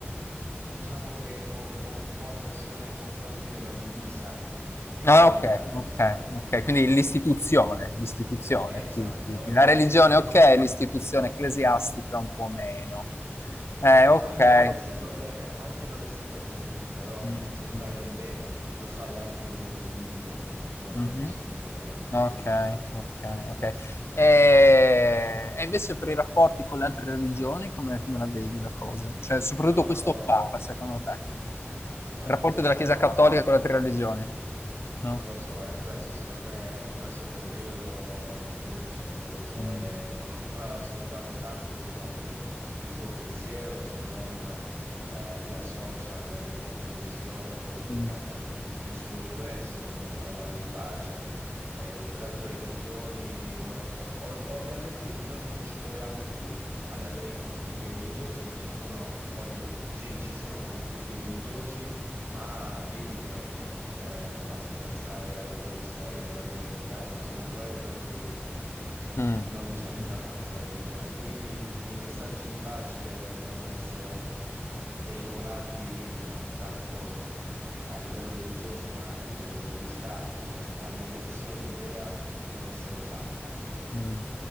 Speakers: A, on the right; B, on the left.
A: diciamo che ho, ho un po' avversione nei confronti della divisa che
B: Ah,
A: prende
B: okay,
A: la religione,
B: okay, okay. Quindi
A: no?
B: l'istituzione, l'istituzione
A: Eh, esatto,
B: ti ti
A: è
B: ti
A: un
B: la
A: po'
B: religione
A: l'istituzione,
B: okay, l'istituzione ecclesiastica un po' meno.
A: sì,
B: Eh,
A: sì,
B: okay.
A: anche non essendo cremen- anche non essendo credente, però
B: Mh,
A: se fai
B: mh.
A: del bene lo fai anche in nome di un Dio, io non
B: Mh-mh.
A: ho nessun problema.
B: Okay, okay, okay. Ehm, e invece per i rapporti con le altre religioni come come la vedi la cosa? Cioè, soprattutto
A: No, no,
B: questo Papa secondo te?
A: ah,
B: Il rapporto
A: questo
B: della Chiesa
A: Papa
B: cattolica
A: non lo
B: con
A: so,
B: le altre religioni. No?
A: Non lo so, è presto, secondo me è presto per dirlo, non lo so, non lo so,
B: Mh.
A: e non ho ancora ascoltato tanto riguardo il suo pensiero, se non eh, via social e via televisione, quello che
B: Mh.
A: è stato il suo ingresso, e parlava di pace, eh, con le altre religioni non lo so. O- ovviamente oggigiorno non ci troviamo più ad avere conflitti religiosi, ma ci sono, oddio, sì, ci sono conflitti religiosi ma vedi che eh, basti pensare alla guerra in Israele, alla guerra in Ucraina, sono guerre per dei territori,
B: Mh.
A: non
B: Mh,
A: c'entra
B: mh,
A: tanto la religione, quindi i messaggi di pace devono essere veicolati non tanto a livello religioso, ma a livello di stati, cioè la mediazione vera deve essere fatta
B: mh, mh.